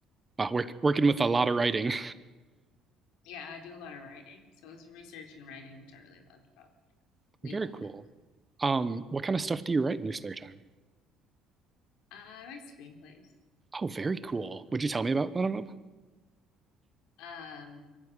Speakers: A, on the right; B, on the left.
A: Wow, work, working with a lot of writing.
B: Yeah, I do a lot of writing. So it was research and writing, which I really loved about
A: <laughs>
B: legal
A: Very
B: work.
A: cool. Um, what kind of stuff do you write in your spare time?
B: Uh, I write screenplays.
A: Oh, very cool. Would you tell me about one of them?
B: Um,